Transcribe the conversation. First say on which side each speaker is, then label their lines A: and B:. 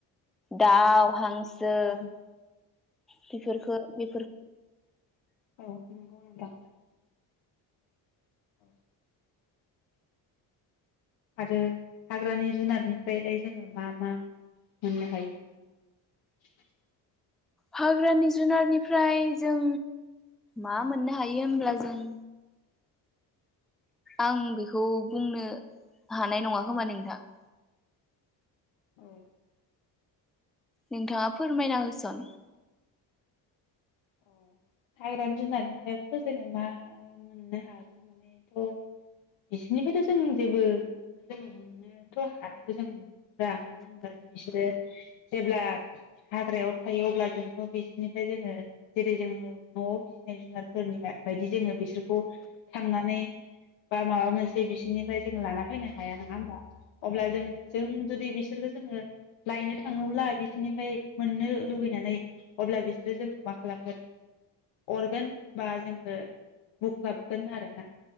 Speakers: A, in the centre; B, on the left (about 65°).
A: दाउ हांसो
B: औ
A: बेफोरखौ बेफोर
B: औ नंगौ नोंथां। औ आरो हाग्रानि जुनारनिफ्रायलाय जोङो मा मा मोननो हायो नोंथां?
A: हाग्रानि जुनारनिफ्राय जों मा मोननो हायो होमब्ला जों जों आं बेखौ बुंनो हानाय नङा खोमा नोंथां ।
B: औ
A: नोंथाङा फोरमायना होसन ।
B: अ हाग्रानि जुनारनिफ्रायथ' जोङो मा मोननो हागोन मानेथ' बिसोरनिफ्रायथ' जों जेबोखौनो जो मोननोथ' हानायखौ जों नुनो मानो होनब्ला बिसोरो जेब्ला हाग्रायाव थायो अब्ला जोंथ' बिसोरनिफ्राय जोङो जेरै जोङो न'आव फिसिनाय जुनारफोरनि बायदि जोङो बिसोरखौ थांनानै बा माबा मोनसे बिसोरनिफ्राय जोङो लाना फैनो हाया नङा होमबा । अब्ला जों जों जुदि बिसोरखौ जोङो लायनो थाङोब्ला बिसोरनिफ्राय मोननो लुगैनानै अब्ला बिसोरो जोंखौ मा खालामगोन अरगोन बा जोंखौ बुख्लाबगोन आरोना।